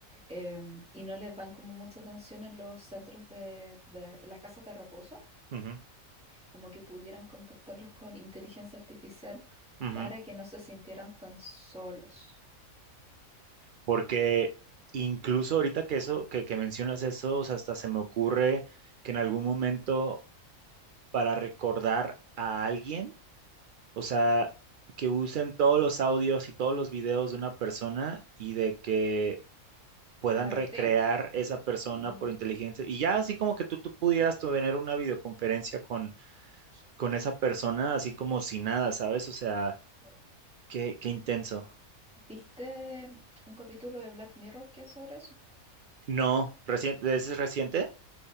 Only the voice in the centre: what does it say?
eh, y no les dan como mucha atención en los centros de, de- en las casas de reposo,
como que pudieran contactarlos con inteligencia artificial
para que no se sintieran tan solos.
La
recreen.
Mm,
claro.
¿Viste un capítulo de Black Mirror que es sobre eso?